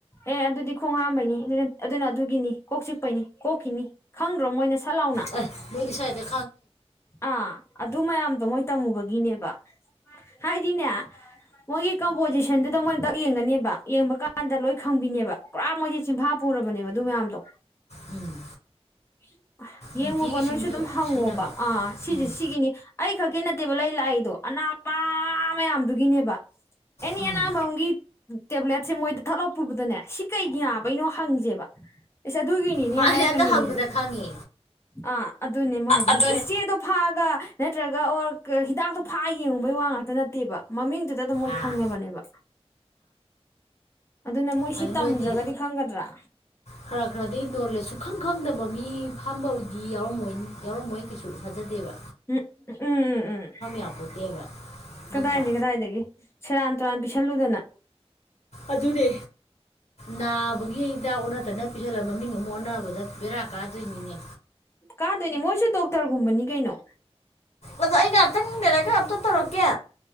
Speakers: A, on the left (about 25°); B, on the left (about 80°).
A: ꯑꯦ ꯑꯗꯨꯗꯤ ꯈꯣꯡ ꯍꯥꯝꯕꯩꯅꯤ ꯑꯗꯨꯗꯤ ꯑꯗꯨꯅ ꯑꯗꯨꯒꯤꯅꯤ ꯀꯣꯛ ꯆꯤꯛꯄꯩꯅꯤ ꯀꯣꯛꯀꯤꯅꯤ ꯈꯪꯗ꯭ꯔꯣ ꯃꯣꯏꯅ ꯁꯠ ꯂꯥꯎꯅ
B: ꯑꯩ ꯃꯣꯏꯗꯤ ꯁꯥꯏꯗ
A: ꯑꯥ ꯑꯗꯨ ꯃꯌꯥꯝꯗꯣ ꯃꯣꯏ ꯇꯝꯃꯨꯕꯒꯤꯅꯦꯕ ꯍꯥꯏ ꯗꯤꯅꯦ ꯃꯣꯏꯒꯤ ꯀꯝꯄꯣꯖꯤꯁꯟꯗꯨꯗ ꯃꯣꯏꯅ ꯗꯛ ꯌꯦꯡꯉꯅꯦꯕ ꯌꯦꯡꯕ ꯀꯥꯟꯗ ꯂꯣꯏ ꯈꯪꯕꯤꯅꯦꯕ ꯄꯨꯔꯥ ꯃꯣꯏꯗꯤ ꯆꯤꯟꯐꯥ ꯄꯨꯔꯕꯅꯦꯕ ꯑꯗꯨ ꯃꯌꯥꯝꯗꯣ
B: ꯎꯝ
A: <inaudible> ꯌꯦꯡꯉꯣꯕ
B: ꯅꯨꯡꯇꯤꯒꯤ ꯁꯨꯝꯁꯨ
A: ꯅꯣꯏꯁꯨ ꯑꯗꯨꯝ ꯍꯪꯉꯣꯕ
B: ꯁꯤꯖꯤꯟꯅꯕ
A: ꯑꯥ ꯁꯤꯁꯦ
B: ꯎꯝ
A: ꯁꯤꯒꯤꯅꯤ ꯑꯩ ꯈꯛꯀꯤ ꯅꯠꯇꯦꯕ ꯂꯩ ꯂꯥꯛꯏꯗꯣ ꯑꯅꯥꯕ ꯃꯌꯥꯝꯗꯨꯒꯤꯅꯦꯕ ꯑꯦꯅꯤ
B: ꯎꯝ
A: ꯑꯅꯥꯕ ꯑꯃꯒꯤ ꯇꯦꯕ꯭ꯂꯦꯠ ꯁꯦ ꯃꯣꯏꯗ ꯊꯠꯂꯥꯎ ꯄꯨꯕꯗꯅꯦ ꯁꯤ ꯀꯩꯒꯤ ꯅꯕꯩꯅꯣ ꯍꯪꯁꯦꯕ ꯑꯦꯁ ꯑꯗꯨꯒꯤꯅꯤꯅꯦ
B: ꯃꯥꯅꯦ
A: ꯍꯥꯏꯔꯛꯀꯅꯦꯕ
B: ꯑꯗꯣ ꯍꯪꯕꯗ
A: ꯑꯗꯨꯝ
B: ꯈꯪꯉꯦ
A: ꯑꯥ ꯑꯗꯨꯅꯦ ꯃꯣ ꯍꯥꯏꯁꯦ
B: ꯑꯗꯨꯅꯤ
A: ꯆꯦꯗꯣ ꯐꯛ ꯅꯠꯇ꯭ꯔꯒ ꯑꯣꯔ ꯍꯤꯗꯥꯛꯇꯣ ꯐꯥꯛ ꯑ ꯌꯦꯡꯉꯨꯕꯒꯤ ꯋꯥ ꯉꯥꯛꯇ ꯅ ꯅꯠꯇꯦꯕ ꯃꯃꯤꯡꯗꯨꯗ ꯑꯗꯨꯝ ꯃꯣꯏ
B: ꯑꯥ
A: ꯈꯪꯉꯕꯅꯦꯕ ꯑꯗꯨꯅ ꯃꯣꯏ ꯁꯤ
B: ꯑꯗꯨꯗ
A: ꯇꯝꯗ꯭ꯔꯒꯗꯤ
B: ꯃꯣꯏꯗꯤ
A: ꯈꯪꯒꯗ꯭ꯔꯥ
B: ꯈꯔ ꯈꯔꯗꯤ ꯅꯣꯂꯦꯖ ꯁꯨꯈꯪ ꯈꯪꯗꯕ ꯃꯤ ꯐꯝꯕꯕꯨꯗꯤ ꯌꯥꯎꯔꯝꯃꯣꯏ ꯌꯥꯎꯔꯝꯃꯣꯏ ꯀꯩꯁꯨ ꯊꯖꯗꯦꯕ
A: ꯎꯝ ꯎꯝ ꯎꯝ ꯎꯝ
B: ꯌꯥꯄꯣꯠꯇꯦꯕ
A: ꯀꯗꯥꯏꯗꯩ
B: ꯅꯠꯇ꯭ꯔꯥ
A: ꯀꯗꯥꯏꯗꯩ ꯁꯦꯔꯥꯟ ꯔꯥꯟ ꯄꯤꯁꯤꯜꯂꯨꯗꯅ
B: ꯑꯗꯨꯅꯦ ꯅꯥꯕꯒꯤ ꯍꯤꯗꯥꯛ ꯑꯣꯟꯅ ꯇꯩꯅ ꯄꯤꯁꯜꯂꯒ ꯃꯃꯤꯡ ꯑꯃꯨꯛ ꯑꯣꯟꯅꯕꯗ ꯕꯦꯔꯥ ꯀꯥꯗ꯭ꯣꯏꯅꯤꯅꯦ
A: ꯀꯗꯣꯏꯅꯦ ꯃꯣꯏꯁꯨ ꯗꯣꯛꯇꯔꯒꯨꯝꯕꯅꯤ ꯀꯩꯅꯣ
B: ꯑꯗꯣ ꯑꯩ ꯉꯥꯏꯍꯥꯛꯇꯪ ꯂꯩꯔꯒ ꯑꯝꯇ ꯇꯧꯔꯛꯀꯦ